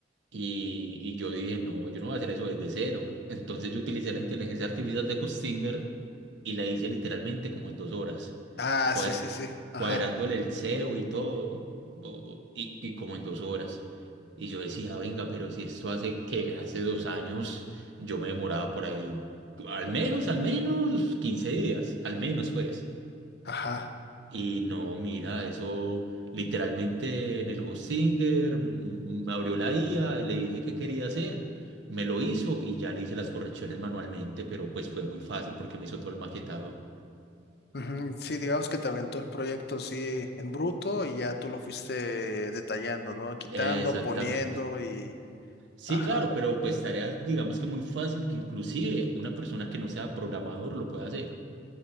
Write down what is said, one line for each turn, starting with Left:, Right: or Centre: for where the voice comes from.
Right: Y, y yo dije, no, yo no voy a hacer eso desde cero. Entonces yo utilicé la inteligencia artificial de Kustinger y la hice literalmente como en dos horas,
Left: Ah,
Right: cuadra-
Left: sí, sí, sí, ajá,
Right: cuadrándole el SEO y todo, o- y, y como en dos horas. Y yo decía, venga, pero si esto hace que hace dos años yo me demoraba por ahí, al menos, al menos 15 días, al menos pues.
Left: ajá.
Right: Y no, mira, eso literalmente en el Hostinger mm, me abrió la IA, le dije qué quería hacer, me lo hizo y ya le hice las correcciones manualmente, pero pues fue muy fácil porque me hizo todo el maquetado.
Left: Ujú, Sí, digamos que te aventó el proyecto así en bruto y ya tú lo fuiste detallando, ¿no? Quitando,
Right: Exactamente.
Left: poniendo y...
Right: Sí,
Left: Ajá.
Right: claro, pero pues tareas digamos que muy fácil que inclusive una persona que no sea programador lo puede hacer.